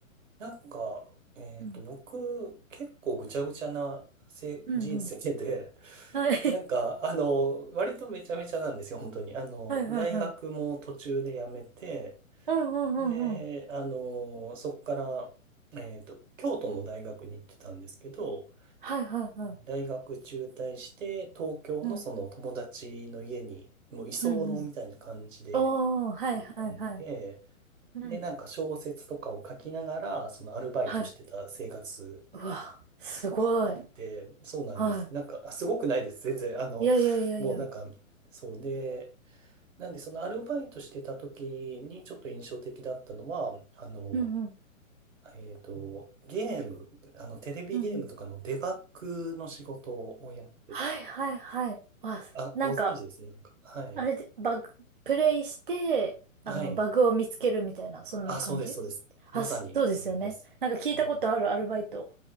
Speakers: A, on the right (about 65°); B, on the right (about 40°).
A: なんか、えっと、
B: うん。
A: 僕、結構ぐちゃぐちゃなせ人生で、
B: うんうん。<laughs> はい。<laughs>
A: なんか、あの、割とめちゃめちゃなんですよ、本当に。あの、
B: はいはいはい。
A: 大学も途中で辞めて、
B: うんうんうんうん。
A: で、あの、そこから、えっと、京都の大学に行ってたんですけど、
B: はいはいはい。
A: 大学中退して、東京のその友達の家に、
B: うん。
A: もう居候みたいな感じで
B: うんうん。おー、はいはいはい。
A: 飛び込んで、
B: うん。
A: で、なんか小説とかを書きながら、そのアルバイトしてた生活
B: はい。うわ、すごい。
A: あって、そうなんです。
B: は
A: なんか、あ、すごくないです。全然。あの、
B: い。いやいやいやいや。
A: もうなんか、そうで、なんで、そのアルバイトしてた時にちょっと印象的だったのは、あの、
B: うんうん。
A: えっと、ゲーム、あの、テレビゲームとかのデバッグの仕事をやってて、
B: うんうん。はいはいはい。わ、
A: あ、
B: なんか、
A: ご存知ですね。なんか、はい。
B: あれで、バグ、プレイして、
A: はい。
B: あの、バグを見つけるみたいな、そんな感じ
A: あ、そうです、そうです。まさに、
B: あ、そうですよね。
A: それです。
B: なんか聞いたことある、
A: もう、
B: アルバイト。